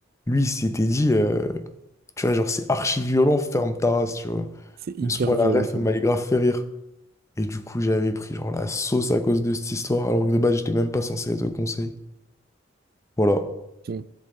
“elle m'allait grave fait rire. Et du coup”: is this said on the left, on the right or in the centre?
Left